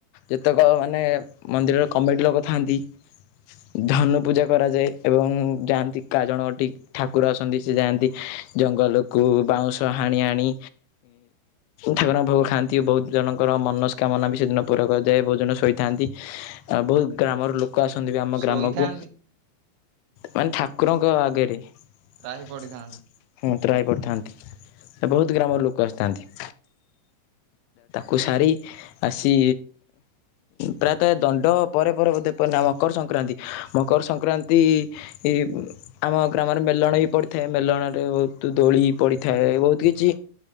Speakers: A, on the left; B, on the right.
A: ଯେତେକ ମାନେ ମନ୍ଦିରର କମିଟି ଲୋକ ଥାଆନ୍ତି ଧନୁ ପୂଜା କରାଯାଏ ଏବଂ ଯାଆନ୍ତି କା ଜଣ ଅଟି। ଠାକୁର ଆସନ୍ତି ସେ ଯାଆନ୍ତି ଜଙ୍ଗଲକୁ ବାଉଁଶ ହାଣି ଆଣି ଠାକୁର ଙ୍କ ଭୋଗ ଖାଆନ୍ତି। ବହୁତ ଜଣ ଙ୍କର ମନସ୍କାମନା ବି ସେଦିନ ପୁରା କରାଯାଏ। ବହୁତ ଜଣ ଶୋଇଥାନ୍ତି ଆଉ ବହୁତ ଗ୍ରାମର ଲୋ କ ଆସନ୍ତି ବି ଆମ
B: ଶୋଇଥାନ୍ତି
A: ଗ୍ରାମକୁ। ମାନେ ଠାକୁରଙ୍କ ଆଗରେ।
B: ତ୍ରାହି
A: <unintelligible>
B: ପଡିଥାନ୍ତି।
A: ହଁ ତ୍ରାହି ପଡ଼ିଥାନ୍ତି। ବହୁତ ଗ୍ରାମର ଲୋକ ଆସିଥାନ୍ତି।
B: ଆଛା
A: କୁ ସାରି ଆସି ପ୍ରାୟତଃ ଦଣ୍ଡ ପରେ ପରେ ବୋଧେ ପରେ ନା ମକର ସଂକ୍ରାନ୍ତି ମକର ସଂକ୍ରାନ୍ତି ଏଇ ବ ଆମ ଗ୍ରାମରେ ମେଲଣ ବି ପଡ଼ିଥାଏ। ମେଲଣରେ ବହୁ ତୁ ଦୋଳି ପଡ଼ିଥାଏ ବହୁତ କିଛି